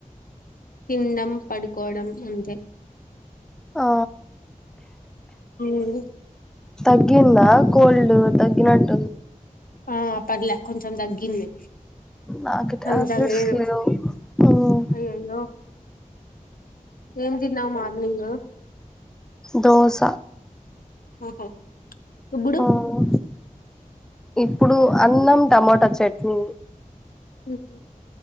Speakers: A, on the left; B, in the centre.
A: తిండం పడుకోవడం అంతే
B: ఆ
A: హ్మ్
B: తగ్గిందా కోల్డ్ తగ్గినట్
A: ఆ పర్లే కొంచెం తగ్గింది
B: నాకు టాబ్లెట్స్
A: అంత లేదు
B: లేవు ఉమ్
A: అయ్యయ్యో ఏం తిన్నావు మార్నింగ్
B: దోస
A: ఊహూ ఇప్పుడు
B: ఉమ్ ఇప్పుడు అన్నం టమాటా చట్నీ
A: హ్మ్